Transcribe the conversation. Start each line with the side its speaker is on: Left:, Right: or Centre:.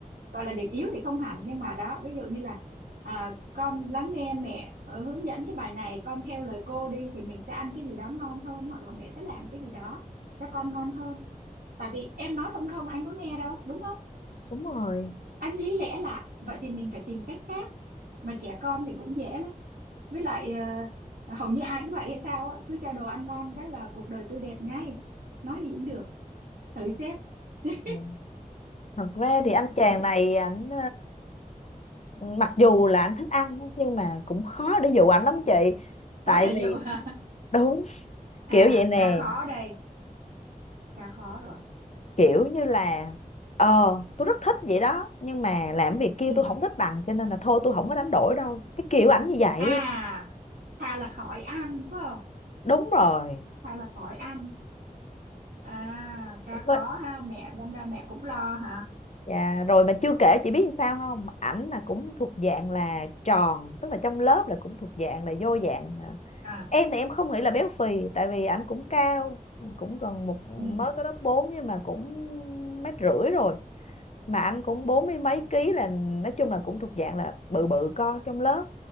Right: gọi là điểm yếu thì không hẳn nhưng mà đó ví dụ như là à, con lắng nghe mẹ ờ, hướng dẫn cái bài này con theo lời cô đi thì mình sẽ ăn cái gì đó ngon hơn hoặc là mẹ sẽ làm cái gì đó cho con ngon hơn tại vì em nói không không anh có nghe đâu đúng không
Left: đúng rồi
Right: anh lý lẽ lại vậy thì mình phải tìm cách khác mà trẻ con thì cũng dễ lắm với lại ờ, hầu như ai cũng vậy hay sao á cứ cho đồ ăn ngon cái là cuộc đời tươi đẹp ngay nói gì cũng được thử xem <laughs>
Left: ừ. thật ra
Right: Ừ,
Left: thì anh chàng
Right: thử xem
Left: này ảnh ờ, mặc dù là anh thích ăn nhưng mà cũng khó để dụ ảnh lắm chị tại
Right: khó để dụ
Left: vì
Right: hả
Left: đúng
Right: à
Left: kiểu vậy nè
Right: cà khó đây cà khó rồi
Left: kiểu như là ờ tôi rất thích vậy đó nhưng mà làm việc kia
Right: ừ.
Left: tôi không thích bằng cho nên là thôi tôi không có đánh đổi đâu cái kiểu ảnh như vậy
Right: à thà là khỏi ăn phải không
Left: đúng rồi
Right: thà là khỏi ăn à cà
Left: Với-
Right: khó ha mẹ đâm ra mẹ cũng lo hả
Left: Dạ, rồi mà chưa kể chị biết sao không? Ảnh là cũng thuộc dạng là tròn, tức là trong lớp là cũng thuộc dạng là vô dạng. à,
Right: à
Left: Em thì em không nghĩ là béo phì tại vì ảnh cũng cao, cũng gần một
Right: ừ.
Left: mới có lớp 4 nhưng mà cũng mét rưỡi rồi. Mà anh cũng bốn mươi mấy ký là nói chung là cũng thuộc dạng là bự bự con trong lớp.